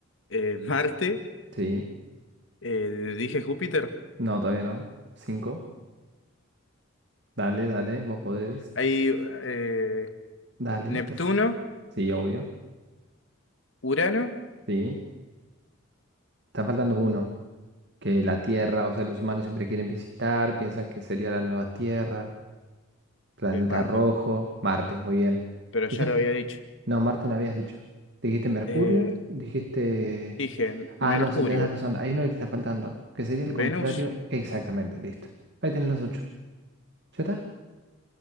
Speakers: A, on the left; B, on the right.
A: eh, Marte,
B: Sí.
A: eh, dije Júpiter.
B: No, todavía no. Cinco. Dale, dale, vos podés.
A: Hay eh,
B: Dale,
A: Neptuno,
B: te... f- Sí, obvio.
A: Urano,
B: Sí. Está faltando uno, que la Tierra, o sea, los humanos siempre quieren visitar, piensan que sería la nueva Tierra, planeta
A: eh, Marte,
B: rojo, Marte, muy bien.
A: pero
B: Y
A: ya
B: ya-
A: lo había dicho.
B: no, Marte no habías dicho. Dijiste Mercurio,
A: Eh,
B: dijiste...
A: dije
B: Ah,
A: Mercurio.
B: no, si tenés razón, hay uno que te está faltando, que sería
A: Venus.
B: el contrario, exactamente, listo. Ahí tenés los ocho. ¿Ya está?